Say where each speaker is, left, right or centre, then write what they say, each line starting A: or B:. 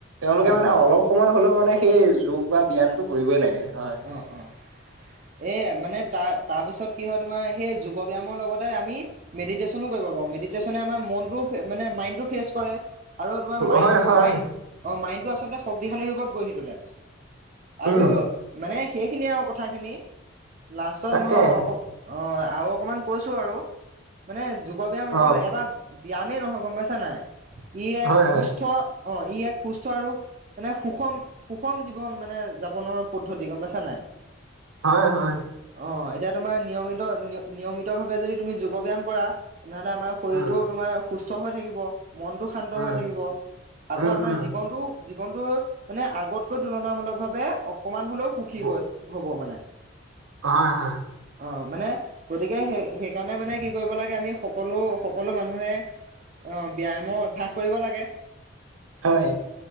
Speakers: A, on the right; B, on the right.
A: তেওঁলোকে
B: হয়
A: মানে
B: হয়
A: অলপ সময় হ'লেও মানে সেই যোগ বা ব্যয়ামটো কৰিবই লাগে হয়।
B: অ, অ। এ মানে তাৰ তাৰপিছত কি হয় তোমাৰ? সেই যোগ ব্যায়ামৰ লগতে আমি মেডিটেশ্যনো কৰিব পাৰোঁ। মেডিটেশ্যনে আমাৰ মনটো ফ্ৰে মানে মাইণ্ডটোও ফ্ৰেছ কৰে। আৰু তোমাৰ মাইণ্ড,
A: হয় হয়
B: মাইণ্ড অ, মাইণ্ডটো আচলতে শক্তিশালী ৰূপত গঢ়ি তোলে আৰু
A: উম
B: মানে সেইখিনিয়ে আৰু কথাখিনি, লাষ্টত
A: তাকে
B: মই অক অ আৰু অকণমান কৈছো আৰু মানে যোগৰ ব্যায়াম অকল
A: অ'
B: এটা ব্যায়ামেই নহয় গম পাইছা নাই? ই এক
A: হয়
B: সুস্থ
A: হয়
B: অ ই এক সুস্থ আৰু মানে সুষম সুষম জীৱন মানে যাপনৰ পদ্ধতি গম পাইছা নে নাই?
A: হয় হয়।
B: অ এতিয়া তোমাৰ নিয়মিত নিয় নিয়মিতভাৱে যদি তুমি যোগ ব্যায়াম কৰা তেনেহলে আমাৰ শৰীৰটো
A: উম,
B: তোমাৰ সুস্থ হৈ থাকিব। মনটো শান্ত
A: উম,
B: হৈ থাকিব
A: উম,
B: আকৌ আমাৰ
A: উম,
B: জীৱনটো জীৱনটো মানে আগতকৈ তুলনামূলক ভাৱে অকমান হলেও সুখী
A: ব-
B: হল হ'ব মানে
A: হয় হয়
B: অঁ মানে গতিকে সেই সেইকাৰণে মানে কি কৰিব লাগে আমি সকলো সকলো মানুহে অ ব্যায়ামৰ অভ্যাস কৰিব লাগে
A: হয়